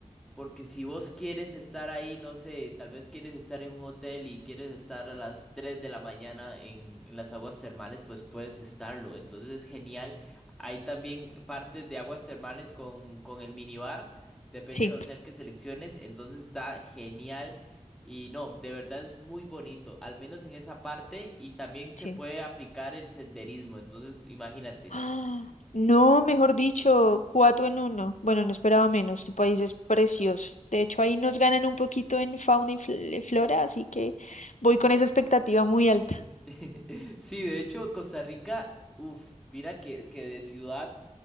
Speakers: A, in the centre; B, on the left (about 75°).
A: porque si vos quieres estar ahí, no sé, tal vez quieres estar en un hotel y quieres estar a las 3 de la mañana en, en las aguas termales, pues puedes estarlo. Entonces es genial. Hay también partes de aguas termales con, con el minibar, depende
B: Sí,
A: del hotel que selecciones. Entonces está genial. Y no, de verdad es muy bonito, al menos en esa parte. Y también se
B: sí.
A: puede aplicar el senderismo. Entonces, imagínate.
B: Ah, No, mejor dicho, cuatro en uno. Bueno, no esperaba menos. Tu país es precioso. De hecho, ahí nos ganan un poquito en fauna y fl- flora, así que voy con esa expectativa muy alta.
A: <laughs> Sí, de hecho, Costa Rica, uff, mira que, que de ciudad